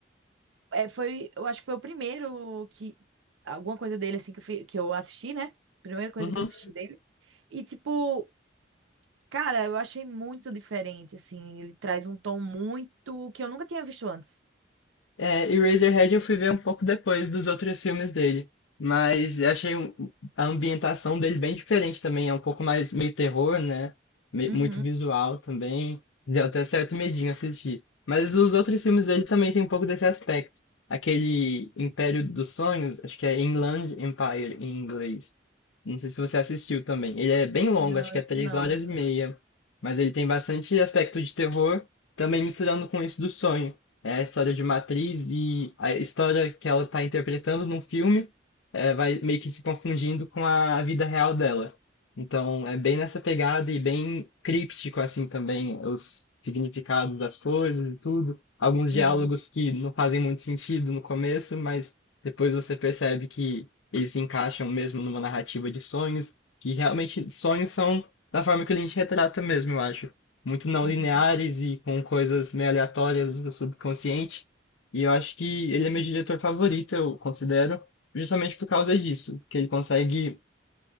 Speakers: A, on the right (about 80°); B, on the left (about 80°).
A: É, foi, eu acho que foi o primeiro que... Alguma coisa dele, assim, que eu, fi- que eu assisti, né? Primeira coisa
B: uhum.
A: que eu assisti dele. E, tipo, cara, eu achei muito diferente, assim. Ele traz um tom muito... que eu nunca tinha visto antes.
B: É, e Eraserhead eu fui ver um pouco depois dos outros filmes dele. Mas eu achei um- a ambientação dele bem diferente também. É um pouco mais meio terror, né? Me-
A: Uhum.
B: Muito visual também. Deu até certo medinho assistir. Mas os outros filmes dele também tem um pouco desse aspecto. Aquele Império dos Sonhos, acho que é Inland Empire em inglês. Não sei se você assistiu também. Ele é bem longo,
A: Não,
B: acho que
A: esse
B: é três
A: não.
B: horas e meia. Mas ele tem bastante aspecto de terror, também misturando com isso do sonho. É a história de uma atriz e a história que ela está interpretando num filme, eh, vai meio que se confundindo com a vida real dela. Então, é bem nessa pegada e bem críptico, assim, também, os significados das coisas e tudo. Alguns
A: Uhum.
B: diálogos que não fazem muito sentido no começo, mas depois você percebe que eles se encaixam mesmo numa narrativa de sonhos, que realmente sonhos são da forma que a gente retrata mesmo, eu acho muito não
A: Uhum.
B: lineares e com coisas meio aleatórias do subconsciente. E eu acho que ele é meu diretor favorito, eu considero, justamente por causa disso, que ele consegue